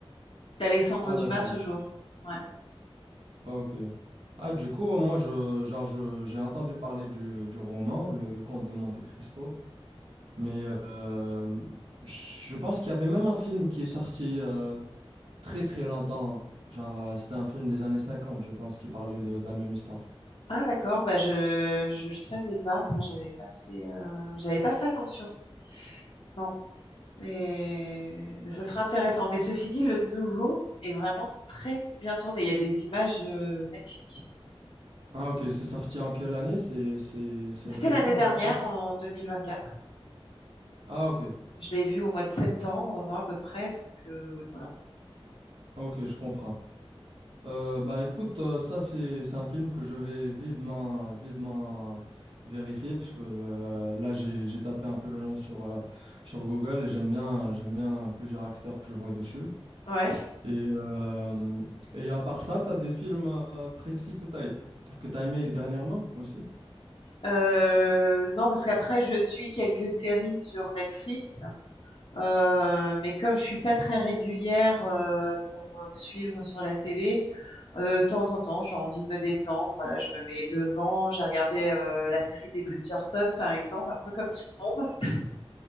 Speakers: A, on the left; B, on the right.
A: d'Alexandre
B: Ah
A: Dumas
B: d'accord.
A: toujours. Ouais.
B: Ok. Ah, du coup, euh, moi, je, genre, je, j'ai entendu parler du, du roman, le, le Comte de Monte-Cristo, mais euh, je pense qu'il y avait même un film qui est sorti euh, très, très longtemps. Genre, euh, c'était un film des années 50, je pense, qui parlait de, de la même histoire.
A: Ah d'accord, bah je je le savais pas ça, j'avais pas fait euh, j'avais pas fait attention. Non. Et mais ça serait intéressant. Mais ceci dit, le nouveau est vraiment très bien tourné. Il y a des images euh, magnifiques.
B: Ah, ok, c'est sorti en quelle année? C'est, c'est, c'est
A: C'était
B: récent,
A: l'année dernière,
B: relativement?
A: en deux mille vingt quatre
B: Ah, ok,
A: Je l'ai vu au mois de septembre, moi à peu près. Donc euh, ouais, voilà.
B: ok, je comprends. Euh, ben écoute, euh, ça c'est c'est un film que je vais vivement vivement vérifier puisque euh, là j'ai j'ai tapé un peu le nom sur euh, sur Google et j'aime bien j'aime bien plusieurs acteurs que je vois dessus.
A: Ouais.
B: Et euh, et à part ça, t'as des films euh, précis que t'as que t'as aimé dernièrement aussi?
A: Euh, non, parce qu'après je suis quelques séries sur Netflix. Euh, mais comme je suis pas très régulière euh, pour euh, suivre sur la télé, euh, de temps en temps, j'ai envie de me détendre. Voilà, je me mets devant. J'ai regardé euh, la série des Bridgerton, par exemple, un peu comme tout le monde.